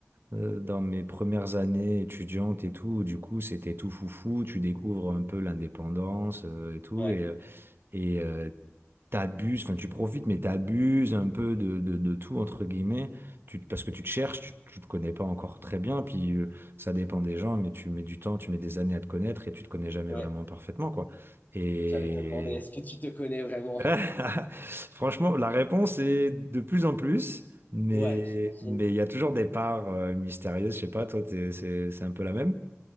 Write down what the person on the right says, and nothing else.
euh, dans mes premières années étudiantes et tout. où Du coup, c'était tout foufou. Tu découvres un peu l'indépendance, euh, et tout.
Et, euh, et euh, t'abuses, enfin, tu profites, mais t'abuses un peu de, de, de tout, entre guillemets. Tu, parce que tu te cherches, tu, tu te connais pas encore très bien. Puis euh, ça dépend des gens, mais tu mets du temps, tu mets des années à te connaître et tu te connais jamais
vraiment parfaitement, quoi. Et.
<laughs> Franchement, la réponse est de plus en plus, mais
mais il y a toujours des parts euh, mystérieuses. Je sais pas, toi, t'es- c'est c'est un peu la même?